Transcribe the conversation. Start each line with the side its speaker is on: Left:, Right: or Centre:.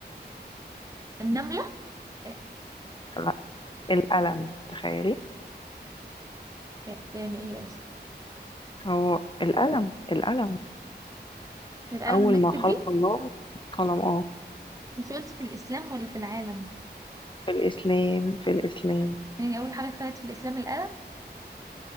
Right: النمله إيه،
Left: لا القلم تخيلي
Right: إيه، يعني ايه اصلا
Left: هو القلم القلم
Right: القلم
Left: اول
Right: نكتب
Left: ما خلق
Right: بيه
Left: الله قلم اه
Right: انت قلت في الاسلام ولا في العالم
Left: في الاسلام في الاسلام
Right: يعني اول حاجه اتخلقت في الاسلام القلم